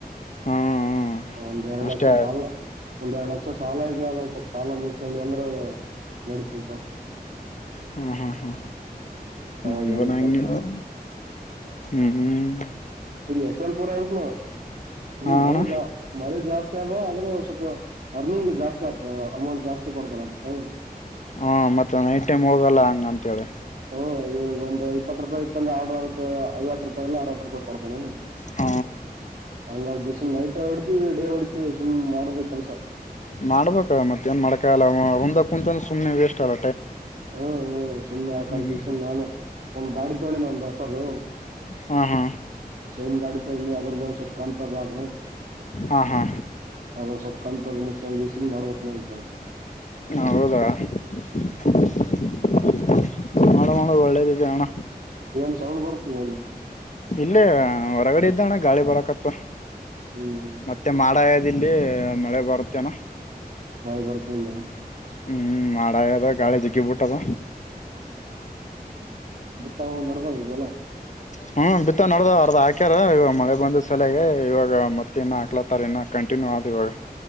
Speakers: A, on the left; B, on the right.
A: ಹ್ಮ ಹ್ಮ್
B: ಒಂದ ಎರಡು
A: ಅಷ್ಟೇ
B: ಲಕ್ಷ ಸಾಲ ಒಂದೆರಡು ಲಕ್ಶ್ ಸಾಲ ಇದ ಅ ಒಂದ್ ಸ್ವಲ್ಪ ಸಾಲ ಮುಗ್ಸ್ಕ್ಯಾಂಡ್ ಅಂದ್ರ ನಡಿತದ್ ಪ.
A: ಹಾ ಹಾ ಹಾ <unintelligible>
B: ಅವಾಗ ಏನ್ ಕೆಲ್ಸ
A: ರ ಹ್ಮ್-ಹ್ಮ್
B: ಇಲ್ಲಿ ಯಶವಂತಪುರ ಇರುತ್ನ ಹ್ಮ
A: ಹಾ
B: ಮಳೆ
A: ಅಣ್ಣ
B: ಜಾ ಮಳೆ ಜಾಸ್ ತ್ಯದ ಆದ್ರು ಸ್ವಲ್ಪ ಅರ್ನಿಂಗ್ ಜಾಸ್ತಿ ಆಗ್ ಅಮೌಂಟ್ ಜಾಸ್ ಹೆಚ್ಚು ಕೊಡ್ತನಾ ಅದಕ್ಕ?
A: ಹಾ ಮತ್ತ ನೈಟ್ ಟೈಮ್ ಹೋಗಲ್ಲ ಹಂಗ್ ಅಂತೇಳಿ.
B: ಹ್ಮ ಇವಾಗ ಒಂದು ಇಪ್ಪತ್ತು ರೂಪಾಯಿ ದಂಗ ಆಡದಕ್ ಐವತ್ತು ರೂಪಾಯಿ ಇಲ್ಲ ಅರವತ್ತು ರೂಪಾಯಿ ಕೊಡ್ತಾನ.
A: ಹ
B: ಹಂಗಾಗಿಶ್ ನೈಟ್ ಹೊಡಿತಿವಿ ಡೇ ಹೊಡಿತಿವಿ ಸುಮ್ ಮಾಡೋದ ಕೆಲಸ.
A: ಮಾಡ್ಬೇಕ ಮತ್ತ ಏನ್ ಮಾಡಕಾಗಲ್ಲ ಒಂದ ಕುಂತನ್ ಸುಮನೆ ವೇಸ್ಟ್ ಅಗ
B: ಹ್ಮ್-ಹ್ಮ್ ಸುಮ್ನೆ ಹಾಕಂತಿಸ್
A: ಹ್ಮ್
B: ಅಂತ್ ನಾನು ಒಂದ್ ಗಾಡಿ ತೊಳಿ ನಂದಸ್ <unintelligible>
A: ಹಾ ಹಾ
B: ಶೈನ್ ಗಾಡಿ ತೊಳಿ ನೀ ಅದ್ರುದೊಂದ್ ಸ್ವಲ್ಪ ಕಂತದ. ಹ್ಮ
A: ಹಾ ಹಾ
B: ಅದೊಂದ್ ಸ್ವಲ್ಪ್ ಕಂತದ್ ಮುಟ್ ಸೊಲ್ಯೂಷನ್ ಮಾಡ್ಬೇಕ್ ಮಂಡ್ <unintelligible>
A: ಹೌದಾ <unintelligible> ಮಾಡು ಮಾಡು ಒಳ್ಳೇದಿದೆ ಅಣ.
B: ಏನ್ ಸೌಂಡ್ ಬರ್ಕನನ್?
A: ಇಲ್ಲೇ ಹೊರಗಡೆ ಇದ್ದಣ್ಣ ಗಾಳಿ ಬರಕತ್ತ
B: ಹ್ಮ್
A: ಮತ್ತೆ ಮಾಡ ಇಲ್ಲಿ ಮಳೆ ಬರುತ್ತೇನಾ?
B: ಮಳೆ ಬರತ್ತಂದ
A: ಹ್ಮ್ ಮಾಡಾಗದ ಗಾಳಿ ಜಿಗ್ಗಿ ಬಿಟ್ಟದ.
B: ತವ್ ನಡ್ದಾವ್ ಈಗ್ ಹೊಲ?
A: ಹ್ಮ ಬಿತ್ತ ನೋಡ್ದ ಅರ್ದ ಹಾಕ್ಯಾರ ಇವಾಗ ಮಳೆ ಬಂದ್ ಸಲ್ಯಾಗ ಇವಾಗ ಮತ್ತೆ ಇನ್ನ ಹಾಕ್ಲತ್ತಾರ ಇನ್ನು ಕಂಟಿನ್ಯೂ ಆದ್ ಇವಾಗ.